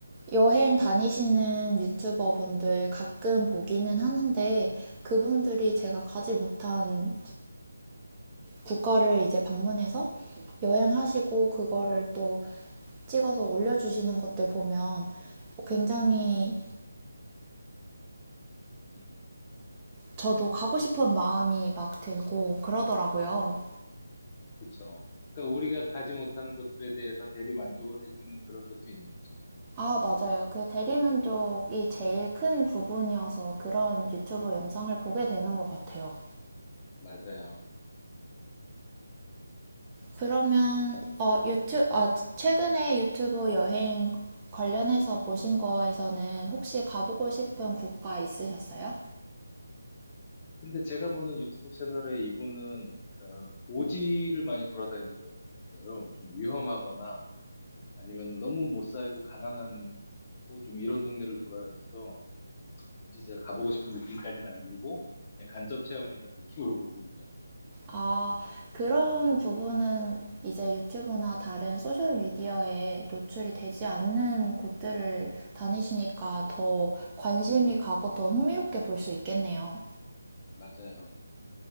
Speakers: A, on the right (about 20°); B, on the left (about 25°).
A: 여행 다니시는 유튜버 분들 가끔 보기는 하는데 그분들이
B: 음,
A: 제가 가지 못한 국가를 이제 방문해서 여행하시고 그거를 또 찍어서 올려주시는 것들 보면 굉장히
B: 음,
A: 저도 가고 싶은 마음이 막 들고 그러더라고요.
B: 그쵸. 그러니까 우리가 가지 못하는 것들에 대해서 대리 만족을 해주는 그런 것도 있는 거죠.
A: 아, 맞아요. 그 대리만족이 제일 큰 부분이어서 그런 유튜브 영상을 보게 되는 것 같아요.
B: 맞아요.
A: 그러면 어, 유튜 아, 최근에 유튜브 여행 관련해서 보신 거에서는 혹시 가보고 싶은 국가 있으셨어요?
B: 근데 제가 보는 유튜브 채널에 이분은 그러니까 오지를 많이 돌아다니더라고요. 좀 위험하거나 아니면 너무 못 살고 가난하고 좀 이런 동네를 돌아다녀서 굳이 제가 가보고 싶은 느낌까지는 안 들고 그냥 간접 체험한다는 느낌으로 보고 있죠.
A: 아, 그런 부분은 이제 유튜브나 다른 소셜 미디어에 노출이 되지 않는 곳들을 다니시니까 더 관심이 가고 더 흥미롭게 볼 수 있겠네요.
B: 맞아요.